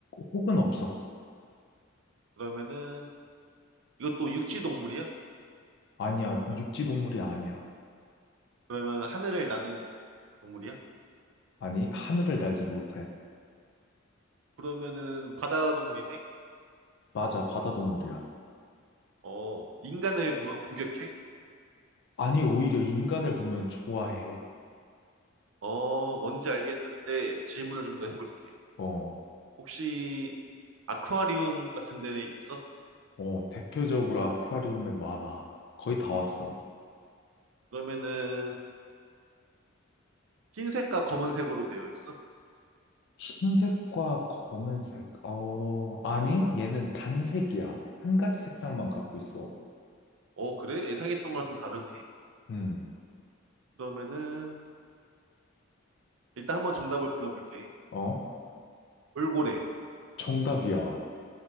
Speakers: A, on the left; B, on the right.
A: 혹은 없어.
B: 그러면은 이것도 육지 동물이야?
A: 아니야, 육지 동물이 아니야.
B: 그러면 하늘을 나는 동물이야?
A: 아니, 하늘을 날지도 못해.
B: 그러면은 바다 동물이네?
A: 맞아, 바다 동물이야.
B: 어, 인간을 그러면 공격해?
A: 아니, 오히려 인간을 보면 좋아해.
B: 어, 뭔지 알겠는데 질문을 좀 더 해볼게.
A: 어,
B: 혹시 아쿠아리움 같은 데 있어?
A: 어, 대표적으로 아쿠아리움에 많아. 거의 다 왔어.
B: 그러면은 흰색과 검은색으로 되어 있어?
A: 흰색과 검은색. 어, 아니, 얘는 단색이야. 한 가지 색상만 갖고 있어.
B: 어, 그래? 예상했던 거랑 좀 다르네.
A: 음.
B: 그러면은, 일단 한번 정답을 불러볼게.
A: 어?
B: 돌고래.
A: 정답이야.